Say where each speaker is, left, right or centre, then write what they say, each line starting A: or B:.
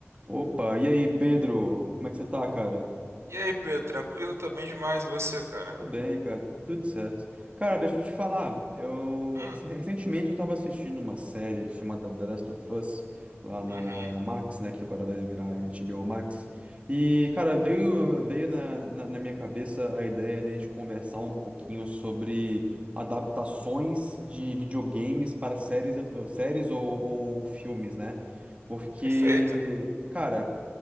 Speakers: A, on the right; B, on the right.
A: Opa, e aí, Pedro? Como é que você tá, cara?
B: E aí, Pedro, tranquilo? Tô bem demais, e você, cara?
A: Tô bem, cara, tudo certo. Cara, deixa eu te falar, eu
B: Hum,
A: rec- recentemente eu tava assistindo uma série chamada The Last of Us lá na,
B: uhum,
A: na Max, né, que agora vai virar HBO Max. E, cara, veio veio na, na, na minha cabeça a ideia de a gente conversar um pouquinho sobre adaptações de videogames para séries, e- séries ou, ou filmes, né? Porque,
B: perfeito.
A: cara,